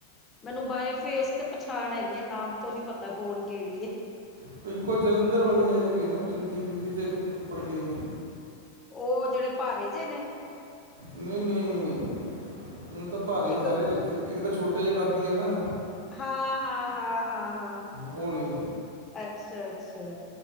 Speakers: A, on the left; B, on the right.
A: ਮੈਨੂੰ ਬਾਏ ਫੇਸ ਤੇ ਪਛਾਣ ਹੈਗੀ ਹੈ ਨਾਮ ਤੋਂ ਨੀ ਪਤਾ ਕੌਣ ਕਿਹੜੀ ਹੈ।
B: ਉਹ ਤਾਂ ਇੱਕ ਜਲੰਧਰ ਵਾਲੀ ਆਈ ਹੋਈ ਸੀ-ਪਿੰਕੀ ਦੀਦੀ ਤੇ ਇੱਕ ਪੱਪੜ ਦੀਦੀ।
A: ਉਹ ਜਿਹੜੇ ਭਾਰੇ ਜਿਹੇ ਨੇ
B: ਨਹੀਂ-ਨਹੀਂ, ਹੁਣ ਤਾਂ ਭਾਰੀਆਂ
A: ਇੱਕ
B: ਸਾਰੇ ਹਲਕੇ ਇੱਕ ਤਾਂ ਛੋਟੇ ਜਿਹੇ ਕੱਦ ਦੀ ਹੈਨਾ।
A: ਹਾਂ-ਹਾਂ, ਹਾਂ-ਹਾਂ, ਹਾਂ,
B: ਉਹ ਨਹੀਂ
A: ਅੱਛਾ-ਅੱਛਾ